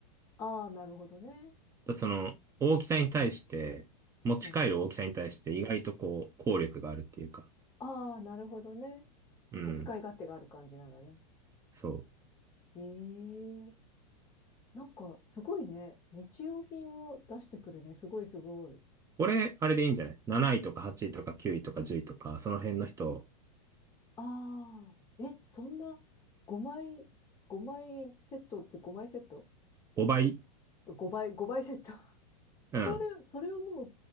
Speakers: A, on the left; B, on the right.
A: ああ、なるほどね。
B: だその、大きさに対して、持ち帰る大きさに対して意外とこう、
A: うん。
B: 効力があるっていうか。
A: ああ、なるほどね。結構使い勝手がある感じなんだね。
B: うん。そう。
A: ええ、なんかすごいね。日用品を出してくるね。すごいすごい。
B: 俺、あれでいいんじゃない ?7 位とか8位とか9位とか10位とか、その辺の人、
A: ああ、え、そんな5枚、5枚セットって5枚セット
B: 5倍。
A: ?5 倍、5倍セット。<laughs>
B: うん。
A: それ、それをもう、